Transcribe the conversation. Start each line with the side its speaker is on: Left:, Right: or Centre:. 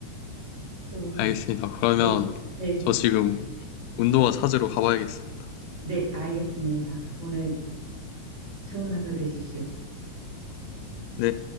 Right: 좋은 운동을.
Left: 알겠습니다. 그러면
Right: 네, 네,
Left: 저 지금 운동화 찾으러 가봐야겠습니다.
Right: 네, 알겠습니다. 오늘 좋은 하루 되십시오.
Left: 네.